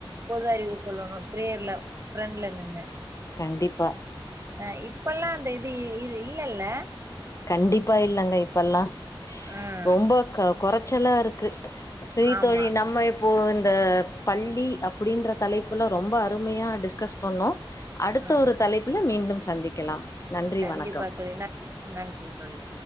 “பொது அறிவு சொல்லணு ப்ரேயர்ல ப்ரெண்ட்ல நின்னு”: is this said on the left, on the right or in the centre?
Right